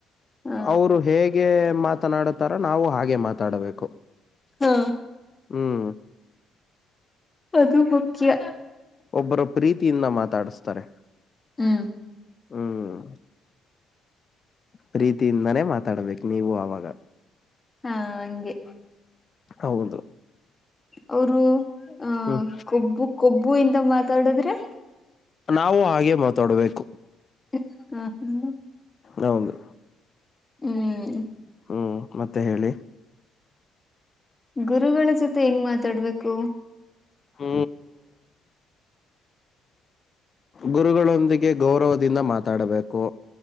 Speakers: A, on the left; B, on the left.
A: ಹ
B: ಅವರು ಹೇಗೆ ಮಾತನಾಡತಾರ ನಾವು ಹಾಗೆ ಮಾತಾಡಬೇಕು.
A: ಹಾ
B: ಹ್ಮ
A: ಅದು ಮುಖ್ಯ.
B: ಒಬ್ಬರ ಪ್ರೀತಿಯಿಂದ ಮಾತಾಡಸ್ತಾರೆ.
A: ಹ್ಮ
B: ಹ್ಮ ಪ್ರೀತಿಯಿಂದಾನೇ ಮಾತಾಡ್ಬೇಕ. ನೀವು ಅವಾಗ
A: ಹಾ ಹಂಗೆ
B: ಹೌದು.
A: ಅವರು ಆ
B: ಹ್ಮ್
A: ಕೊಬ್ಬು ಕೊಬ್ಬು ಇಂದ ಮಾತಾಡದ್ರೆ
B: ನಾವು ಹಾಗೆ ಮಾತಾಡ್ಬೇಕು.
A: ಹ ಹಾ
B: ಹೌದು.
A: ಹ್ಮ
B: ಹ್ಞೂ ಮತ್ತೆ ಹೇಳಿ.
A: ಗುರುಗಳ ಜೊತೆ ಹೆಂಗ್ ಮಾತಾಡ್ಬೇಕು.
B: ಹ್ಮ ಗುರುಗಳೊಂದಿಗೆ ಗೌರವದಿಂದ ಮಾತಾಡಬೇಕು.